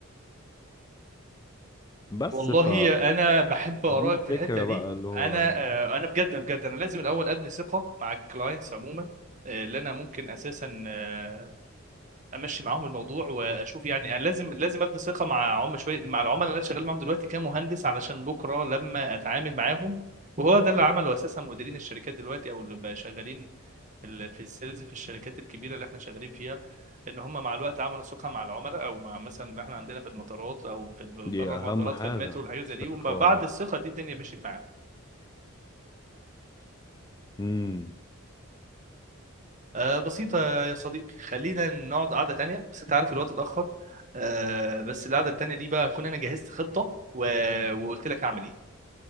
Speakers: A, on the left; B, on the right.
A: بس
B: والله
A: ف
B: انا بحب آرائك
A: فدي الفكرة
B: في الحتة دي
A: بقى اللي هو
B: انا آه، انا بجد بجد انا لازم الاول ابني ثقة مع الكلاينتس عموما آه، اللي انا ممكن اساسا آه، امشي معاهم الموضوع واشوف يعني انا لازم لازم ابني ثقة مع عم شوية مع العملاء اللي انا شغال معاهم دلوقتي كمهندس علشان بكرة لما اتعامل معاهم وهو ده اللي عمله اساسا مديرين الشركات دلوقتي او اللي بقى شغالين في ال- في السيلز في الشركات الكبيره اللي احنا شغالين فيها ان هم مع الوقت عملوا سوقها مع العملاء او مع مثلا إن احنا عندنا في المطارات او في ال-
A: دي
B: بره
A: اهم
B: المطارات
A: حاجة
B: في المترو والحاجات
A: الثقة
B: زي دي وبعد الثقه دي الدنيا مشيت معاهم
A: امم
B: آه بسيطه يا صديقي خلينا نقعد قعده تانية بس انت عارف الوقت اتاخر آه بس القعده التانية دي بقى اكون انا جهزت خطه و... وقلت لك اعمل ايه